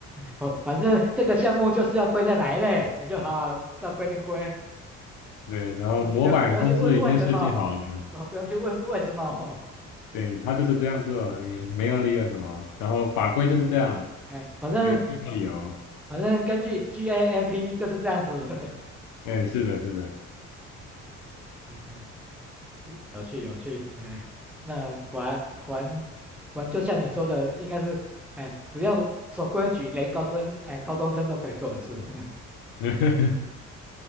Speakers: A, in the centre; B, on the left.
A: 不，反正这个项目就是要归在哪一类，你就好好照规定归，
B: 对，然后模板公司已经设计好了，
A: 不不要不要去问为什么，哦，不用去问为什么，
B: 对，他就是这样做，也没有理由什么，然后法规就是这样，
A: <laughs> 哎，反正
B: 所以不需要理由。
A: 反正根据 GAAP 就是这样子。<laughs>
B: 哎，是的，是的，
A: OK 有趣有趣，哎，那果然果然果然就像你说的，应该是，哎，只要守规矩，连高生哎高中生都可以做的事，<laughs>
B: <laughs>